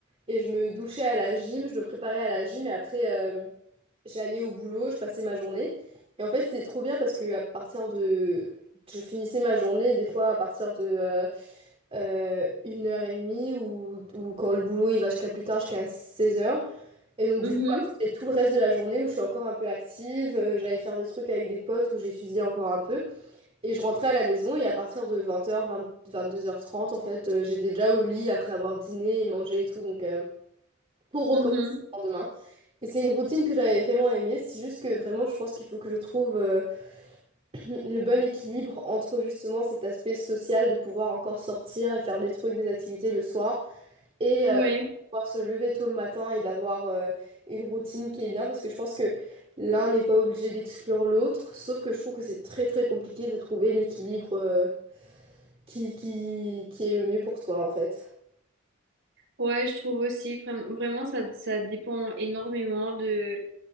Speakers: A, on the right (about 30°); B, on the right (about 70°).
A: Et je me douchais à la gym, je me préparais à la gym et après euh, j'allais au boulot, je passais ma journée. Et en fait, c'est trop bien parce que à partir de je finissais ma journée des fois à partir de euh, euh, une heure et demie ou, ou quand le boulot il va jusqu'à plus tard jusqu'à 16 heures. Et donc
B: mhm,
A: du coup après c'est tout le reste de la journée où je suis encore un peu active, euh, j'allais faire des trucs avec des potes où j'étudiais encore un peu. Et je rentrais à la maison et à partir de vingt heures vingt vingt-deux heures trente en fait euh, j'étais déjà au lit après avoir dîné et mangé et tout donc euh, pour recommencer
B: mhm.
A: le lendemain. Et c'est une routine que j'avais vraiment aimée, c'est juste que vraiment je pense qu'il faut que je trouve... euh, le bon équilibre entre justement cet aspect social de pouvoir encore sortir et faire des trucs, des activités le soir et
B: Ouais,
A: euh, pouvoir se lever tôt le matin et d'avoir euh, une routine qui est bien parce que je pense que l'un n'est pas obligé d'exclure l'autre, sauf que je trouve que c'est très très compliqué de trouver l'équilibre euh, qui, qui, qui est le mieux pour soi en fait.
B: ouais, je trouve aussi vraiment, vraiment ça, ça dépend énormément de